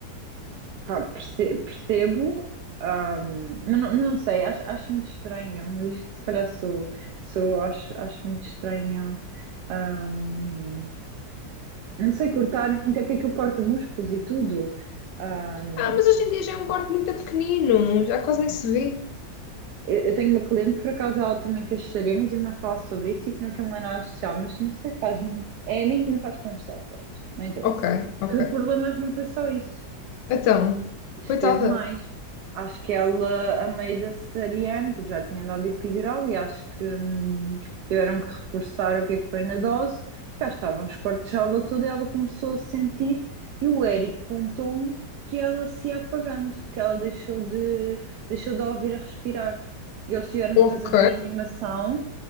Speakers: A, on the right; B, on the left.
A: Pá, perce- percebo, ahm, mas não, não sei, acho, acho muito estranho, mas isto se calhar sou, sou acho, acho muito estranho. ahm, não sei cortar, até porque aquilo corta músculos e tudo. Ahm,
B: Ah, mas hoje em dia já é um corte muito pequenino, já quase nem se vê.
A: eu, eu tenho uma cliente, por acaso, ela também fez cesariana e tive-me a falar sobre isso e que não é que não é nada social, mas não sei, faz-me, é a mim que me faz confusão, pronto, não interessa.
B: Ok, ok.
A: Mas o problema não foi só isso.
B: Então,
A: Esteve
B: coitada.
A: mais. Acho que ela, a meio da cesariana, tipo, já lhe tinha dado epidural e acho que hum, tiveram que reforçar o que é que foi na dose, porque já estavam os cortes de aula toda e ela começou a sentir. E o Eric contou-me que ela se ia apagando, que ela deixou de, deixou de a ouvir a respirar. E eles tiveram
B: Ok.
A: que fazer reanimação